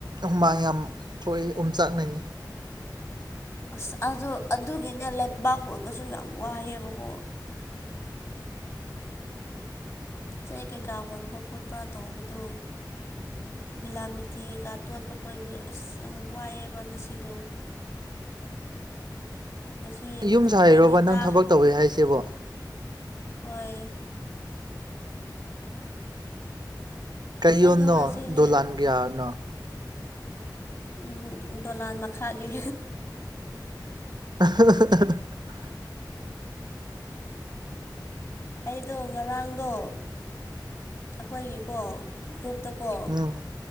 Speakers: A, on the right; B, on the left.
A: ꯍꯨꯃꯥꯡ ꯌꯥꯝ ꯊꯣꯛꯏꯦ ꯎꯝ ꯆꯥꯛꯅꯩꯌꯦ꯫
B: ꯑꯁ ꯑꯗꯨ ꯑꯗꯨꯒꯤꯅꯦ ꯂꯩꯕꯥꯛ ꯑꯣꯏꯕꯁꯨ ꯌꯥꯝ ꯋꯥꯏꯑꯦꯕꯀꯣ꯫ ꯆꯦꯛ ꯀꯩꯀꯥ ꯍꯣꯟꯕ ꯈꯣꯠꯄ ꯇꯧꯕꯗꯣ ꯕꯤꯂꯥꯃꯤꯠ ꯊꯤꯒ ꯇꯣꯠꯄ ꯀꯣꯏꯕ ꯑꯁ ꯋꯥꯏꯑꯦꯕ ꯉꯁꯤꯗꯣ꯫ ꯉꯁꯤ
A: ꯅꯪ ꯌꯨꯝ ꯁꯥꯥꯔꯤꯔꯣꯕ
B: ꯑꯩꯗꯤ
A: ꯅꯪ
B: ꯇꯥ
A: ꯊꯕꯛ ꯇꯧꯋꯤ ꯍꯥꯏꯁꯤꯕꯣ꯫
B: ꯍꯣꯏ꯫
A: ꯀꯩꯌꯣꯅꯣ
B: ꯑꯩꯗꯣ ꯉꯁꯤꯁꯦ
A: ꯗꯣꯂꯥꯟ ꯀꯌꯥꯅꯣ꯫
B: ꯎꯝ ꯗꯣꯂꯥꯟ ꯃꯈꯥꯒꯤ
A: ꯑꯍꯍꯍ
B: ꯑꯩꯗꯣ ꯉꯔꯥꯡꯗꯣ ꯑꯩꯈꯣꯏꯒꯤꯀꯣ ꯒ꯭ꯔꯨꯞ ꯇꯀꯣ
A: ꯎꯝ